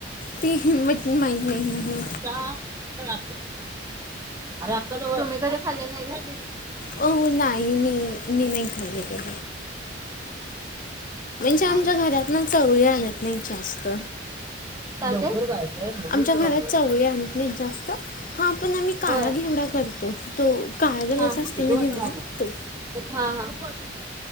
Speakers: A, on the left (about 45°); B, on the right (about 15°).
A: ते च माहीत नाही आहे.
B: का? आता कमीकडे खाल्ले नाही.
A: हो हो नाही मी मी नाही खाल्ली ग. आमच्या
B: त
A: घरात ना चवळी आणत नाही जास्त
B: ते? लवकर जायचं आहे म्हणून
A: आमच्या
B: तुला
A: घरात चवळी आण नाही जास्त हा पण आम्ही काळा
B: होय.
A: घेवडा करतो तो काळा जगचा
B: हा मग
A: असतो
B: किती
A: ना
B: वाजता
A: घेवडा
B: लागणार
A: तो
B: हा हा